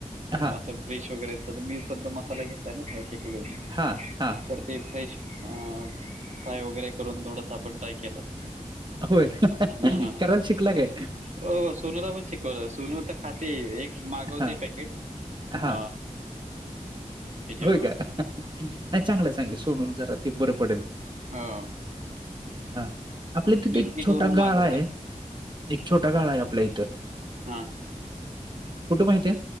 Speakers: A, on the right; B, on the right.
A: हां,
B: असं. फ्रेश वगैरे तर मी सद्धा मसाला घेतलाय ना शिकलोय
A: हां हां.
B: तर ते फिश फ्रेश अ फ्राय वगैरे करून थोडसं आपण ट्राय केलं असतं.
A: होय करायला
B: हां हां हां.
A: शिकला काय.
B: हो सोनुला पण शिकवलं. सोन खाते एक मागवते
A: हां,
B: पॅकेट अ
A: हां.
B: हेच्यावर
A: होय का? नाही चांगलंय चांगलंय सोनूला जरा ते बरं पडेल.
B: हा
A: हा आपल्या तिथे
B: ब्लिंकिट
A: एक छोटा
B: वरून
A: गाळा
B: मागवते
A: आहे. एक छोटा गाळा आहे आपल्या इथं.
B: हा
A: कुठे माहित आहे